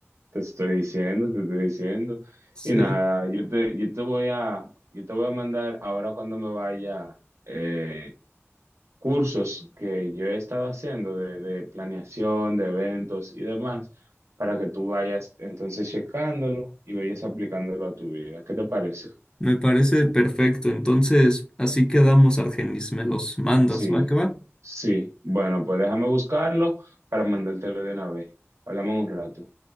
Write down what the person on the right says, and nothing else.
te estoy diciendo, te estoy diciendo.
Y nada, yo te, yo te voy a, yo te voy a mandar ahora cuando me vaya eh, cursos que yo he estado haciendo de, de planeación, de eventos y demás, para que tú vayas entonces checándolo y vayas aplicándolo a tu vida. ¿Qué te parece?
Sí,
sí. Bueno, pues déjame buscarlo para mandártelo de una vez. Hablamos en un rato.